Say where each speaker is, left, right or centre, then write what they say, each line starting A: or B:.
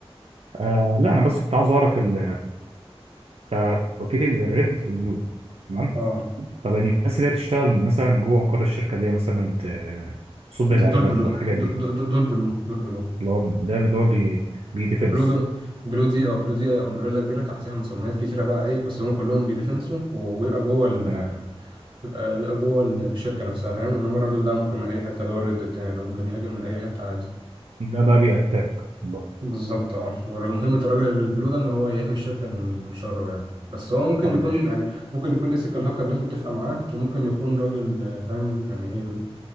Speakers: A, on the right; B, on the right.
A: آه لا أنا بس كنت عاوز أعرف ال- آه، قلت لي الريد والبلو تمام
B: اه
A: طب الناس اللي هي بتشتغل مثلا جوه مقر الشركة اللي هي مثلا ت- تصد الهجمات
B: دي دول بلو
A: أو الحاجات دي
B: دول دول دول بلو دول بلو
A: اللي هو ده اللي هو بي بي ديفنس
B: بلو دو بلو دي اه بلو دي امبريلا كبيره تحتها مسميات كتيره بقى ايه بس هم كلهم بيدفنسوا وبيبقى جوه ال
A: تمام
B: بيبقى بيبقى جوه ال- الشركه نفسها فاهم انما الراجل ده ممكن من اي حته اللي هو الريد التاني ده ممكن يهاجم من اي حته عادي
A: ده بقى بي أتاك بره
B: بالظبط اه ومهمة الراجل البلو ده ان هو يحمي الشركة من من شره يعني بس هو ممكن
A: طب
B: يكون
A: ماشي
B: يعني ممكن يكون ايثيكال هاكر الناس متفقة معاه وممكن يكون راجل آه، فاهم يعني ايه